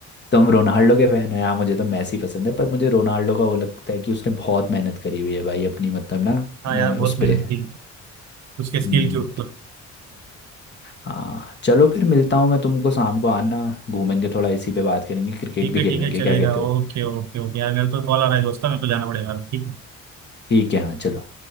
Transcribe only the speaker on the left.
तुम रोनाल्डो के फैन हो यार मुझे तो मैसी पसंद है पर मुझे रोनाल्डो का वो लगता है कि उसने बहुत मेहनत करी हुई है भाई अपनी मतलब ना
अ, उस
पे
हम्म,
हाँ चलो फिर मिलता हूँ मैं तुमको शाम को आना घूमेंगे थोड़ा इसी पे बात करेंगे क्रिकेट
भी
खेलेंगे
क्या कहते हो
ठीक है हाँ चलो